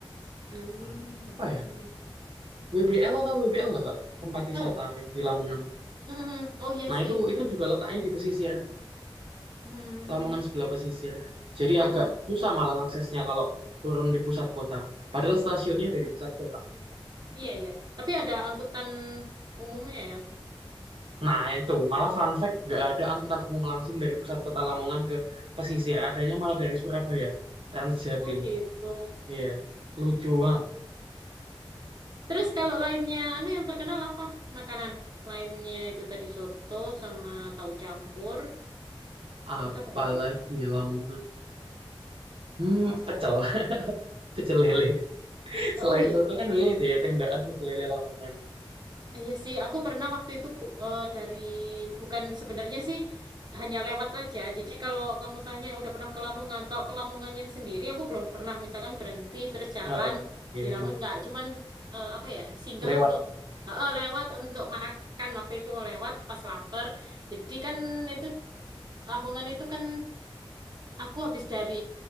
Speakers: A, on the right; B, on the right.
A: Hmm.
B: Paling Apa ya? WBL tahu WBL nggak? Kak? Tempat wisata
A: Oh,
B: yang di Lamongan.
A: mm, oh iya
B: Nah
A: sih
B: itu
A: itu
B: itu
A: kan.
B: juga letaknya di pesisir,
A: Hmm,
B: Lamongan sebelah pesisir. Jadi agak
A: aku
B: susah malah aksesnya kalau turun di pusat kota. Padahal stasiunnya ada di pusat kota.
A: Iya, iya. Tapi ada angkutan umumnya ya.
B: Nah itu malah fun fact nggak ada angkutan umum langsung dari pusat kota Lamongan ke pesisir. Adanya malah dari Surabaya, Transjatim.
A: Oh gitu.
B: Iya, lucu banget.
A: Terus kalau lainnya, anu yang terkenal apa? Makanan. Lainnya itu tadi soto sama tahu campur.
B: Apalagi
A: Itu apa lagi?
B: ya Lamongan. Hmm, pecel, <laughs> pecel lele.
A: Oh,
B: Selain
A: oh iya,
B: soto
A: bisa
B: kan
A: di
B: banyak itu
A: sini.
B: ya tendaan pecel lele Lamongan.
A: Iya sih, aku pernah waktu itu Bu, eh, dari bukan sebenarnya sih hanya lewat aja. Jadi kalau kamu tanya udah pernah ke Lamongan, kalau ke Lamongannya sendiri aku belum pernah misalkan berhenti terus jalan
B: Heeh. Iya,
A: di Lamongan
B: iya.
A: nggak cuman eh, apa ya, singgah
B: Lewat
A: untuk
B: gitu.
A: eh, eh, lewat untuk makan waktu itu lewat pas lapar. Jadi kan itu Lamongan itu kan aku habis dari